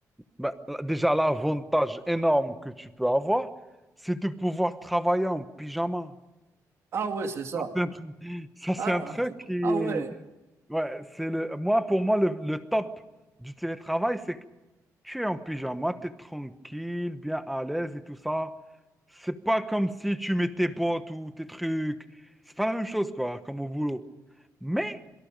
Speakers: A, in the centre; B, on the right.
A: Ben, là, déjà, l'avantage énorme que tu peux avoir, c'est de pouvoir travailler en pyjama.
B: Ah ouais, c'est ça.
A: Ça, c'est un truc ça,
B: Ah,
A: c'est un truc qui est...
B: ah ouais.
A: Ouais, c'est le... Moi, pour moi, le, le top du télétravail, c'est que tu es en pyjama, tu es tranquille, bien à l'aise et tout ça. C'est pas comme si tu mets tes bottes ou tes trucs. C'est pas la même chose, quoi, comme au boulot. Mais